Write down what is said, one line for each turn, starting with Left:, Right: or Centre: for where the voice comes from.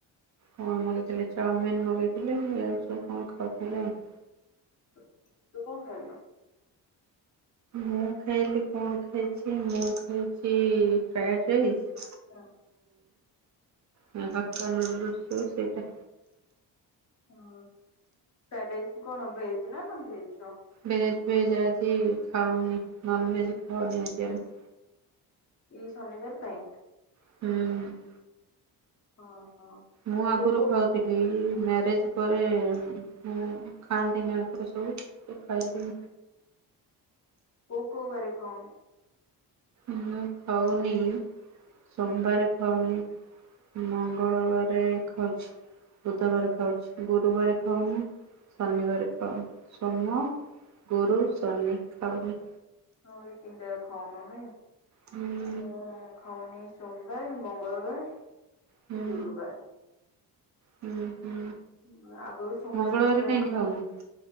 Right: କଣ ମଗେଇଥିଲେ ଚାଉମିନ ମଗେଇଥିଲେ ଏ ସବୁ କଣ ଖାଉଥିଲେ ଆଉ।
Left: ତୁ କଣ ଖାଇିଲୁ?
Right: ମୁଁ ଖାଇଲି କଣ ଖାଇଛି ମୁଁ ଖାଇଛି ଫ୍ରାଏଡ୍ ରାଇସ୍
Left: ହୁଁ।
Right: <unintelligible> ହକ <unintelligible> ନୁୁ ଶ ସେଇଟା।
Left: ଓ ଫ୍ରାଇଡ ରାଇସ୍ କଣ ଭେଜ ନା ନନ ଭେଜ ର
Right: ଭେଜ
Left: ଚିକେନ
Right: ଭେଜ
Left: କର
Right: ଆଜି ଖାଉନି ନନ୍ସ ଭେଜ ଖାଅନି ଆଜି ଆମେ
Left: ଏଇ ଶନିବାର ପାଇଁ
Right: ହୁଁ।
Left: ହଁ ହଁ।
Right: ମୁଁ ଆଗରୁ
Left: କୋଉ କୋଉ
Right: ଖାଉ ଥିଲି ମ୍ୟାରେଜ ପରେ ମୁ ଖାଆନ୍ତିନି ଆଙ୍କର ସବୁ ସେ <unintelligible> ଖାଇଦ
Left: କୋଉ କୋଉ ବାର ଖାଆନି
Right: ମୁଁ ଖାଉନି ସୋମବାର ଖାଉନି ମଙ୍ଗଳବାର ଖାଉଛି ଦୁଧବରେ ଖାଉଛି ଗୁରୁବାର ଖାଉନି ଶନିବାରେ
Left: ହୁଁ
Right: ଖାଉନି ସୋମ ଗୁରୁ ଶନି ଖାଉନି।
Left: ହଉ ଏଇ ତିନିଟା ଖାଉନ ନେଇ
Right: ହୁଁ
Left: ମୁଁ ଖାଉନି ସୋମବାର ମଙ୍ଗଳବାର
Right: ହୁଁ
Left: ଗୁରୁବାର
Right: ହୁଁ ହୁଁ।
Left: <unintelligible> ଆଗରୁ ସୋମବାର
Right: ମଙ୍ଗଳବାର
Left: ଗୁରୁବାର
Right: କାହିଁ
Left: ଖାଉଁ।
Right: ଖାଉନୁ